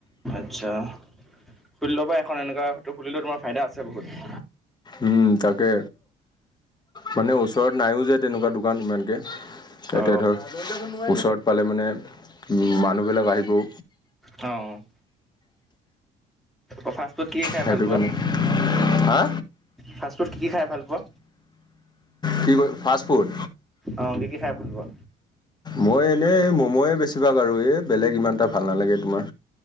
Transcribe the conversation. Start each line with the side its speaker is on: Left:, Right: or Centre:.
Centre: আচ্ছা খুলি ল'বা এখন এনেকুৱা তটো খুলিলেও তোমাৰ ফাইদা আছে বহুত।
Left: উম তাকে মানে ওচৰত নাইও যে তেনেকুৱা দোকান ইমানকে। তোতিয়া
Centre: অ
Left: ধৰ ওচৰত পালে মানে মানুহবিলাক আহিবও।
Centre: অ'। অ' ফাষ্টফুড কি কি খাই
Left: সেইটো
Centre: ভাল পোৱা?
Left: কাৰণে হা
Centre: ফাষ্টফুড কি কি খাই ভাল পোৱা?
Left: কি ফাষ্টফুড?
Centre: অ', কি কি খাই ভাল পোৱা?
Left: মই এনেই মমোে বেছিভাগ আৰু এই বেলেগ ইমান এটা ভাল নালাগে তোমাৰ।